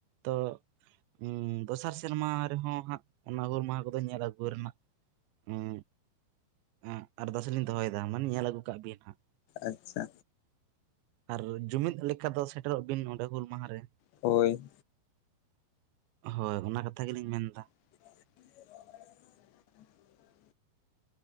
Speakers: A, on the right (about 85°); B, on the left (about 85°).
A: ᱛᱚ <unintelligible> ᱩᱸ ᱫᱚᱥᱟᱨ ᱥᱮ ᱥᱮᱨᱢᱟ ᱨᱮᱦᱚᱸ ᱦᱟᱸᱜ ᱚᱱᱟ ᱦᱩᱞ ᱢᱟᱦᱟ ᱠᱚᱫᱚ ᱧᱮᱞ ᱟᱹᱜᱩ ᱨᱮᱱᱟᱜ ᱩᱸ ᱮᱜ ᱟᱨᱫᱟᱥ ᱞᱤᱧ ᱫᱚᱦᱚᱭᱫᱟ ᱢᱟᱱᱮ ᱧᱮᱞ ᱟᱹᱜᱩ ᱠᱟᱜ ᱵᱤᱱ ᱦᱟᱸᱜ
B: ᱟᱪᱪᱷᱟ
A: ᱟᱨ ᱡᱩᱢᱤᱫ ᱞᱮᱠᱟ ᱫᱚ ᱥᱮᱴᱮᱨᱚᱜ ᱵᱤᱱ ᱚᱸᱰᱮ ᱦᱩᱞ ᱢᱟᱦᱟ ᱨᱮᱼᱼ
B: ᱦᱳᱭ
A: ᱦᱳᱭ ᱚᱱᱟ ᱠᱟᱛᱷᱟ ᱜᱮᱞᱤᱧ ᱢᱮᱱᱫᱟ
B: <inaudible>